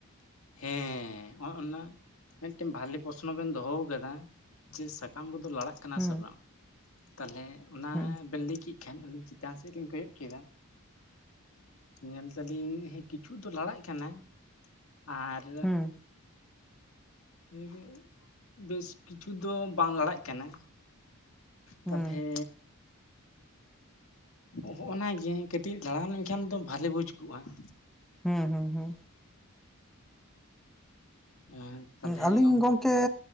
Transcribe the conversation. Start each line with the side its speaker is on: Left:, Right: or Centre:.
Left: ᱦᱮᱸ ᱚᱜ-ᱱᱟ ᱢᱤᱫᱴᱮᱱ ᱵᱷᱟᱞᱮ ᱯᱚᱥᱱᱚ ᱵᱮᱱ ᱫᱚᱦᱚ ᱠᱟᱫᱟ, ᱡᱮ ᱥᱟᱠᱟᱢ ᱠᱚᱫᱚ ᱞᱟᱲᱟᱜ ᱠᱟᱱᱟ
Centre: ᱦᱩᱸ
Left: ᱥᱮ ᱵᱟᱝ, ᱛᱟᱦᱚᱞᱮ ᱚᱱᱟ
Centre: ᱦᱩᱸ
Left: ᱵᱮᱱ ᱞᱟᱹᱭ ᱠᱮᱜ ᱠᱷᱟᱱ ᱪᱮᱛᱟᱱ ᱥᱮᱫ ᱞᱤᱧ ᱠᱚᱭᱚᱜ ᱠᱮᱫᱟ ᱧᱮᱞ ᱫᱟᱞᱤᱧ ᱦᱮᱸ ᱠᱤᱪᱷᱩ ᱫᱚ ᱞᱟᱲᱟᱜ ᱠᱟᱱᱟ᱾ ᱟᱨ
Centre: ᱦᱩᱸ
Left: ᱞᱮᱭ ᱵᱮᱱ ᱵᱮᱥ ᱠᱤᱪᱷᱩ ᱫᱚ ᱵᱟᱝ ᱞᱟᱲᱟᱜ ᱠᱟᱱᱟ᱾
Centre: ᱦᱩᱸ
Left: ᱛᱟᱦᱚᱞᱮᱻ ᱦᱚᱸᱜᱼᱚᱱᱟ ᱜᱮ ᱠᱟᱹᱴᱤᱡ ᱞᱟᱲᱟᱣ ᱞᱮᱱᱠᱷᱟᱱ ᱫᱚ ᱵᱷᱟᱞᱤ ᱵᱩᱡᱽ ᱠᱚᱜᱼᱟ ᱾
Centre: ᱦᱩᱸ ᱦᱩᱸ ᱦᱩᱸ᱾
Left: ᱮᱸ ᱛᱟᱞᱦᱮ
Centre: ᱟᱹᱞᱤᱧ ᱜᱚᱝᱠᱮ